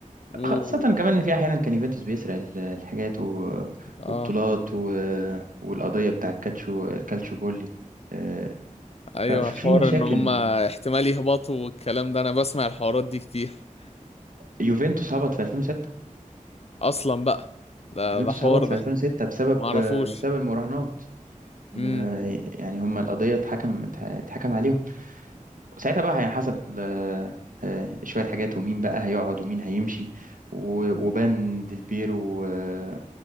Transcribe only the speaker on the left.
و
اه
ايوه
حوار
ان هما احتمال يهبطوا والكلام ده انا بسمع الحوارات دي كتير
اصلا بقى ده
ده حوار
ده
ما اعرفوش
امم